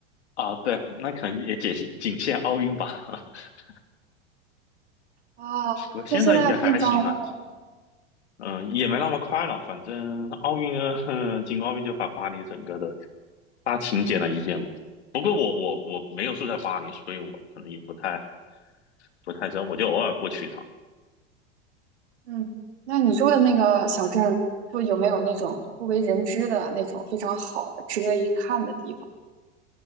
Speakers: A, on the left; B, on the right.
A: 啊，对，那可能也仅限仅限奥运吧。<laughs>
B: 啊，
A: 不过现在应该还还行了。
B: 所以现在变脏了。
A: 嗯，也没那么快了，反正奥运嗯，哼进奥运就把巴黎整个的大清点了一遍嘛。不过我我我没有住在巴黎，所以我可能也不太不太知道，我就偶尔过去一趟。
B: 嗯嗯，那你住的那个小镇，就有没有那种不为人知的那种非常好的、值得一看的地方？